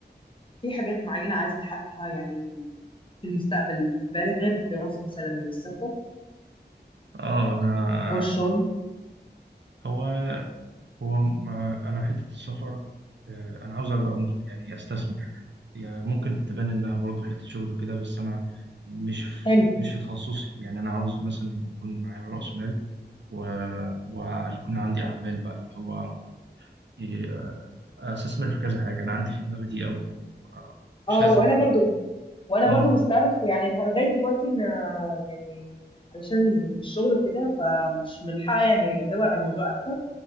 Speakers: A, on the left (about 30°); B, on the right (about 80°).
A: في حاجات معينه عايز تحققها يعني في المستقبل في بالك غير الدراسه مثلا والسفر
B: آه أنا
A: او الشغل
B: هو هو ما أنا حتة السفر آه، أنا عاوز أبقى مس- يعني أستثمر يعني ممكن تبان إنها برضه حتة شغل وكده بس أنا مش في
A: حلو
B: مش في تخصصي يعني أنا عاوز مثلا يكون معايا رأس مال و... ويكون عندي أعمال بقى اللي هو إيه، آه، أستثمر في كذا حاجة أنا عندي في دماغي دي أوي مش
A: اه
B: لازم
A: وانا برضو وانا
B: اه
A: برضو مستعرف يعني لح- لغايه دلوقتي ما يعني علشان الشغل وكده فمش ملحقه يعني ادور على الموضوع اكتر